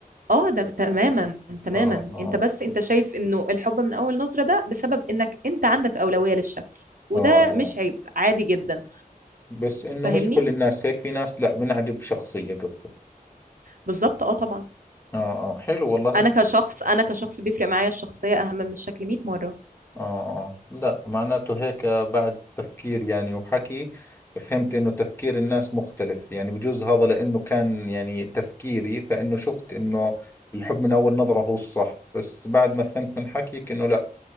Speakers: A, on the right (about 60°); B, on the left (about 15°).
A: اه ده تماما تماما
B: اه اه
A: انت بس انت شايف انه الحب من اول نظرة ده بسبب انك انت عندك اولوية للشكل وده
B: اه اه
A: مش عيب عادي جدا
B: بس انه
A: فاهمني
B: مش كل الناس هيك في ناس لا بنعجب شخصية قصدي
A: بالظبط اه طبعا
B: اه اه حلو والله هسه
A: انا كشخص انا كشخص بيفرق معايا الشخصية اهم من الشكل 100 مرة
B: اه اه لا معناته هيك بعد تفكير يعني وحكي فهمت انه تفكير الناس مختلف يعني بجوز هذا لانه كان يعني تفكيري فانه شفت انه الحب من اول نظرة هو الصح بس بعد ما فهمت من حكيك انه لا